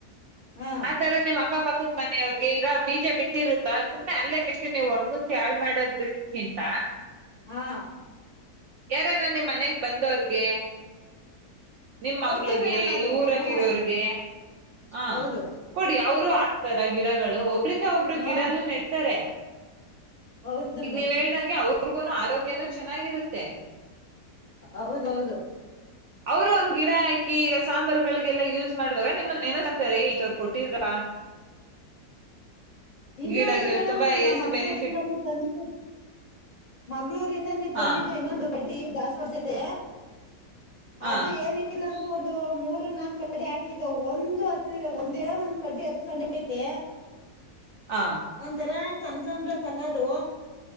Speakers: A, on the left; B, on the right.
A: ಹಾ
B: ಆತರ ನಿಮ್ ಅಕ್ಕಪಕ್ಕದ ಮನೆಯವ್ರು ಹಾಗೆ ಈಗ ಬೀಜ ಬಿತ್ತಿರುತ್ತಾ ಸುಮನೆ ಅಲ್ಲೇ ಬಿತ್ತಿ ನೀವು ಒಣ್ಗುಸಿ ಯಾಳ್ ಮಾಡೋದ್ರ ನಿಿಂತ
A: ಹಾ
B: ಯಾರಾರ ನಿಮ್ಮ್ ಮನೆಗ್ ಬಂದವ್ರಗೆ ನಿಮ್ಮ
A: ಕೊಡ್ತೀವಿ
B: ಮಗ್ಗಳಗೆ
A: ಮೇಡಮ್ ಅದು
B: ಈ ಊರಲ್ಲಿ
A: ಹಾ
B: ಇರೋರ್ಗೆ ಹಾ
A: ಹೌದು
B: ಕೊಡಿ ಅವರು ಆಗ್ತಾರ ಗಿಡಗಳು ಒಬ್ರಂದ ಒಬ್ರು
A: ಹಾ
B: ಗಿಡನು ನೆಡ್ತಾರೆ
A: ಹೌದು
B: ಈಗ
A: ಮೇಡಮ್
B: ನೀವ್ ಹೇಳ್ದಂಗೆ ಅವ್ರಿಗೂನು ಆರೋಗ್ಯನು ಚೆನ್ನಾಗಿರುತ್ತೆ ತ್ತೆ
A: ಹೌದೌದು
B: ಅವರು ಒಂದ್ ಗಿಡ ಆಾಕಿ. ಈ ಈಗ ಸಾಂಬಾರ್ುಗಳಿಗೆಲ್ಲ ಯೂಸ್. ಮಾಡುವಾಗ ನಿಮ್ಮ ಏನ ಕಂತಾರೆವ್ರ ಕೊಟ್ಟಿದ್ರ.
A: ಇನ್ನೊಂದು
B: ಗಿಡ ಇದ್ರಲ್ಲಿ
A: ಮೇಡಂ್
B: ತುಂಬಾ
A: ನಮ್ಮ
B: ಹೆಲ್ತ್
A: ಮಗಳೂರಿಂದಾನ
B: ಬೆನಿಫಿಟ್
A: ತಂದ ಮಗ್ಗಳೂರಿಂದಾನೇ ತಂದಿದ್ದು
B: ಹಾ
A: ಇನ್ನೊಂದು ಕಡ್ಡಿ ದಸ್ತಿ. ಸರ್್ಯತೆ.
B: ಹಾ
A: ಅದು ಏನಿಲ್ಲ. ಒಂದು ಮೂರು ನಾಲ್ಕು ಕಡ್ಡೆ ಹಾಕಿದ ಒಂದು ಹತ್ಲಿದ ಒಂದೇ ಒಂದ್ ಕಡ್ಡಿ ಹತ್ಕೊಂಡೆ ಐತೆ
B: ಹಾ
A: ಒಂಂತರಾ. ಕನಕಾಮ್ರ. ಕಲರು